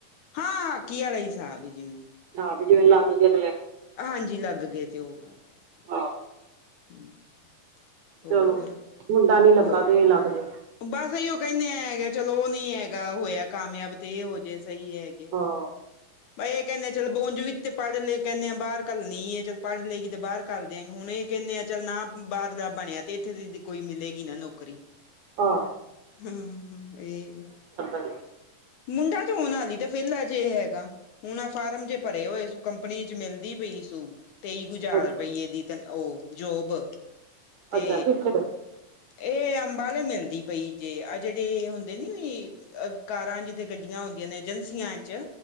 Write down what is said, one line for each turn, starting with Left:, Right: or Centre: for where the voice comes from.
Left: ਹਾਂ ਹਾਕੀ ਆਲਾ ਈ ਹਿਸਾਬ ਹੈ ਜਿਵੇਂ
Right: ਹਾਂ ਵੀ ਜਿਵੇਂ ਲੱਗ ਗਏ ਤੇ ਲੈ
Left: ਹਾਂਜੀ, ਲੱਗ ਗਏ ਤੇ ਉਹ ਗੱਲ ਹੈਗੀ।
Right: ਹਾਂ।
Left: ਹਾਂਜੀ। ਹੋਰ?
Right: ਚਲੋ ਮੁੰਡਾ ਨੀ ਲੱਗਾ
Left: ਹੋਰ
Right: ਤੇ ਇਹ ਲੱਗ ਗਏ।
Left: ਬਸ ਇਹੀਓ ਕਹਿੰਦੇ ਹੈਗਾ ਚਲੋ ਉਹ ਨੀ ਹੈਗਾ ਹੋਇਆ ਕਾਮਯਾਬ ਤੇ ਇਹ ਹੋ ਜੇ ਸਹੀ ਏ।
Right: ਹਾਂ
Left: ਬਾਈ ਇਹ ਕਹਿੰਨੇ ਆ ਚਲ ਉਂਜ ਵੀ ਤੇ ਪੜ੍ਹ ਲਏ ਕਹਿਨੇ ਆ ਬਾਹਰ ਘੱਲਣੀ ਏ ਚੱਲ ਪੜ੍ਹ ਲਏਗੀ ਤੇ ਬਾਹਰ ਘਲ ਦਿਆਂਗੇ। ਹੁਣ ਇਹ ਕਹਿੰਦੇ ਆ ਚੱਲ ਨਾ ਬਾਹਰ ਦਾ ਬਣਿਆ। ਤੇ ਇੱਥੇ ਦੀ ਕੋਈ ਮਿਲੇਗੀ ਨਾ ਨੌਕਰੀ
Right: ਆ
Left: ਹੁੰ-ਹੁੰ, ਏ ਵੇ।
Right: ਈ
Left: ਮੁੰਡਾ ਤੇ ਹੋਣ ਹਾਲੀ, ਤੇ ਵੇਲਾ ਜੇ ਹੈਗਾ। ਹੁਣ, ਆਂ ਫਾਰਮ ਜੇ ਪਰੇ ਹੋਏ ਸੁ, ਕੰਪਨੀ ਚ ਮਿਲਦੀ ਪਈ ਸੂ। ਤੇਈ ਕੁ ਜ਼ਾਰ
Right: ਅੱਛ
Left: ਰੁਪਈਏ ਦੀ ਤ ਔ ਜੋਬ ਤੇ
Right: ਅੱਛਾ ਕਿੱਥੇ
Left: ਏ ਅੰਬਾਲੇ ਮਿਲਦੀ ਪਈ ਜੇ, ਆ ਜੜੇ ਹੁੰਦੇ ਨੀ ਅ ਕਾਰਾਂ ਜੀਧੇ ਗੱਡੀਆਂ ਹੁੰਦੀਆਂ ਨੇ, ਏਜੰਸੀਆਂ ਚ।